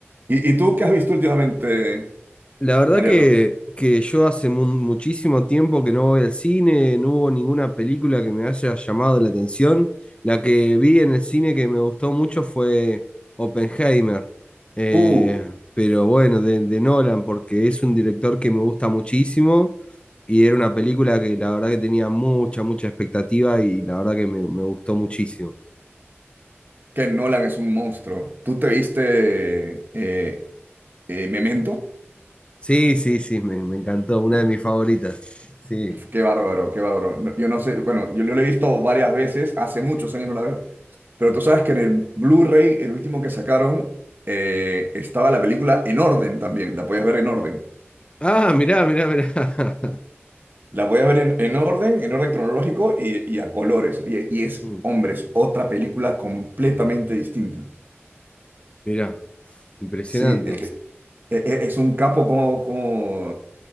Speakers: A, on the right; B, on the left.
A: ¿Y, y tú qué has visto últimamente,
B: La verdad
A: Mariano?
B: que, que yo hace mu- muchísimo tiempo que no voy al cine, no hubo ninguna película que me haya llamado la atención. La que vi en el cine que me gustó mucho fue Oppenheimer, Eh,
A: Uh,
B: pero bueno, de, de Nolan, porque es un director que me gusta muchísimo y era una película que la verdad que tenía mucha, mucha expectativa y la verdad que me, me gustó muchísimo.
A: que Nolan es un monstruo. ¿Tú te viste eh, eh, Memento?
B: Sí, sí, sí, me, me encantó, una de mis favoritas. Sí.
A: Qué bárbaro, qué bárbaro. No- Yo no sé, bueno, yo, yo lo he visto varias veces, hace muchos años no la veo, pero tú sabes que en el Blu-ray, el último que sacaron, eh, estaba la película en orden también, la podías ver en orden.
B: Ah, mirá, mirá, mirá. <laughs>
A: La voy a ver en, en orden, en orden cronológico y, y a colores. Y, y es,
B: Mm.
A: hombre, es otra película completamente distinta.
B: Mirá, impresionante.
A: Sí, es que e- e- es un capo como, como,